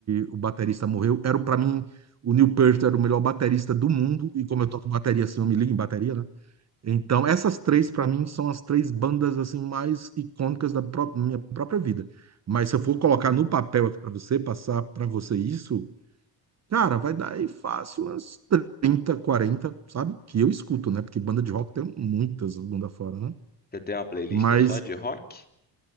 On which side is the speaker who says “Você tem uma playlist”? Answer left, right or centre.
Left